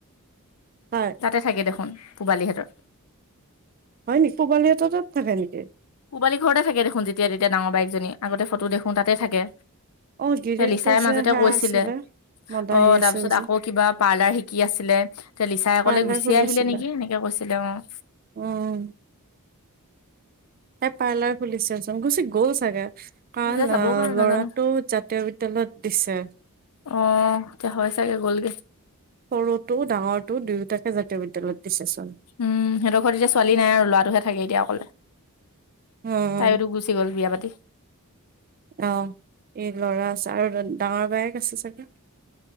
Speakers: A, on the right; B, on the left.
A: হয়।
B: তাতে থাকে দেখোন পূবালীহেতৰ।
A: হয় নি পূবালী হেতৰ তাত থাকে নেকি?
B: পুবালী ঘৰতে থাকে দেখোন যেতিয়া তেতিয়া ডাঙৰ বায়েকজনী আগতে ফটো দেখোঁ তাতে থাকে।
A: অ গিৰিয়েকটো
B: লিচাই মাজতে
A: যে সেয়া
B: কৈছিলে।
A: আছিলে মদাহী
B: অ
A: আছিল
B: তাৰ পিছত
A: যে
B: আকৌ কিবা পাৰ্লাৰ শিকি আছিলে, তে লিচাই
A: পাৰ্লাৰ
B: কলে গুচি
A: খুলিছিলে
B: আহিলে নেকি এনেকে কৈছিল। এতিয়া উম।
A: উম। তাই পাৰ্লাৰ খুলিচে চোন, গুচি গ'ল চাগে। কাৰণ
B: তেতিয়া যাবও পাৰে নাজানো
A: ল'ৰাটো জাতীয় বিদ্যালয়ত দিছে।
B: অ এতিয়া হয় চাগে গ'লগে।
A: সৰুটো ডাঙৰটো দুয়োটাকে জাতীয় বিদ্যালয়ত দিছেচোন।
B: উম সিহঁতৰ ঘৰত এতিয়া ছোৱালী নাই আৰু ল'ৰাটোহে থাকে এতিয়া অকলে।
A: উম
B: তাইওতো গুচি গ'ল বিয়া পাতি।
A: অ, এই ল'ৰা আছে আৰু ডাঙৰ বায়েক আছে চাগে!